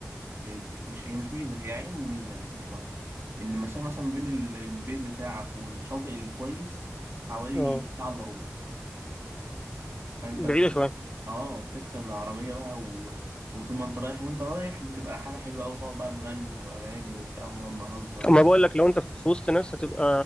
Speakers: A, on the right; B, on the left.
A: ال- مش هي مش ميزة هي عيب وميزة الاتنين في بعض إن المسافة مثلا ما بين ال- البيت بتاعك والشاطئ الكويس حوالي
B: اه
A: ساعة إلا ربع فانت
B: بعيده
A: بت...
B: شويه
A: اه بتركب العربية بقى و... وطول ما انت رايح وانت رايح بتبقى حاجة حلوة أوي تقعد بقى تغني وأغاني وبتاع ونقعد نهزر
B: اما بقول لك لو انت في وسط ناس هتبقى